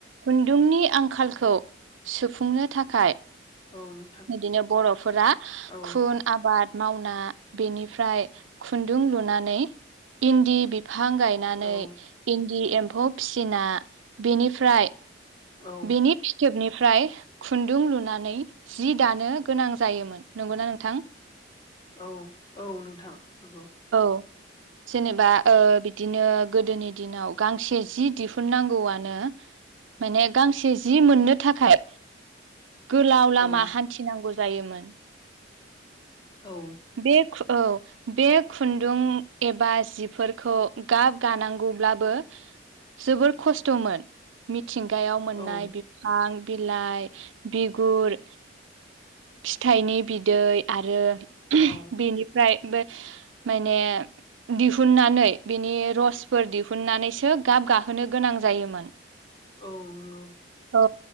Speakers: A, on the right; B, on the left.
A: खुन्दुंनि आंखालखौ सुफुंनो थाखाय
B: औ नोंथां
A: बिदिनो बर'फोरा
B: औ
A: खुन आबाद मावना बेनिफ्राय खुन्दुं लुनानै इन्दि बेफो बिफां गायनानै
B: औ
A: इन्दि एम्फौ फिसिना बेनिफ्राय
B: औ
A: बेनि फिथोबनि -फ्राय खुन्दुं लुनानै जि दानो गोनां जायोमोन। नंगौना नोंथां?
B: औ औ नोंथां नंगौ।
A: गौ। जेनेबा ओ बिदिनो गोदोनि दिनाव गांसे जि दिहुननांगौआनो माने गांसे जि मोननो थाखाय गोलाव लामा
B: औ
A: हान्थिनांगौ जायोमोन।
B: औ।
A: बे औ बे खुन्दुं एबा जिफोरखौ गाब गानांगौब्लाबो जोबोर खस्थ'मोन मिथिंगायाव मोननाय
B: औ
A: बिफां बिलाइ, बिगुर, फिथाइनि बिदै आरो
B: औ
A: बेनिफ्राय बे माने दिहुननानै बिनि रसफोर दिहुननानैसो गाब गाहोनो गोनां जायोमोन।
B: औ नंगौ।
A: औ